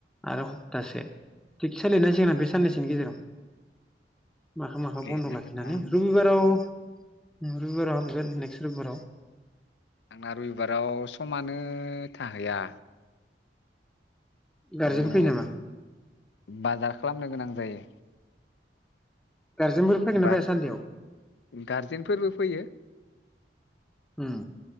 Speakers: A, in the centre; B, on the left (about 75°).
A: आरो सप्तासे थिग सोलिनांसिगोन आं बे साननैसोनि गेजेराव माखा माखा
B: लिरनांगोन
A: बन्द' लाखिनानै
B: आं
A: रबिबाराव न रबिबाराव हामगोन नेक्स्ट रबिबाराव
B: आंना रबिबाराव समानो थाहैया
A: गारजेन
B: माने
A: फैयो नामा
B: बाजार खालामनो गोनां जायो
A: गारजेनफोर फैगोन
B: बा
A: ना फैया सान्देआव?
B: गारजेनफोरबो फैयो
A: उम।